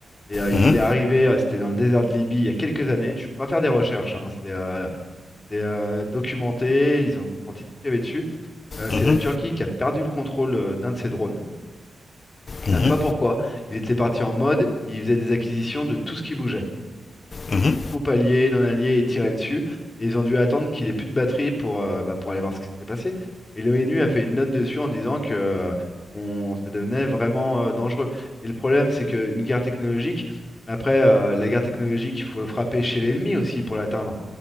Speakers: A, on the left (about 25°); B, on the left (about 40°).
A: Et euh, il
B: Mhm,
A: est arrivé, euh, c'était dans le désert de Libye il y a quelques années. Tu pourras faire des recherches, hein, C'est euh, c'est, euh, documenté, ils ont sorti tout ce qu'il y avait dessus. Euh, c'est
B: mhm,
A: la Turquie qui a perdu le contrôle euh, d'un de ses drones. Ils savent
B: mhm,
A: pas pourquoi. Ils étaient partis en mode, ils faisaient des acquisitions de tout ce qui bougeait.
B: mhm,
A: Troupes alliées, non alliées, et tiraient dessus. Et ils ont dû attendre qu'il ait plus de batterie pour, euh, bah, pour aller voir ce qui s'était passé. Et l'ONU a fait une note dessus en disant que euh, on- ça devenait vraiment euh, dangereux. Et le problème, c'est qu'une guerre technologique, après, euh, la guerre technologique, il faut frapper chez l'ennemi aussi pour l'atteindre.